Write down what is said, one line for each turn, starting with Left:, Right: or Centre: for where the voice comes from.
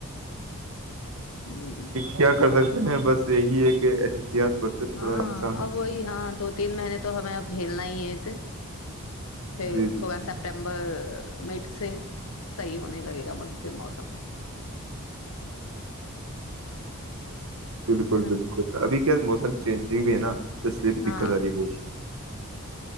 Left: ہوں
Right: کیا کر سکتے ہیں بس یہی ہے کہ احتیاط برتیں تھوڑا
Left: ہاں
Right: انسان
Left: اب وہی ہاں دو تین مہینے تو ہمیں اب جھیلنا ہی ہے اسے پھر
Right: جی جی
Left: تھوڑا
Right: جی
Left: سپٹمبر مٹ سے صحیح ہونے لگے گا مج پ موسم
Right: بالکل
Left: ہے نا
Right: بالکل ابھی کیا موسم چینج بھی ہے نا تو اس لیے بھی
Left: ہاں
Right: دقت آ رہی ہے بہت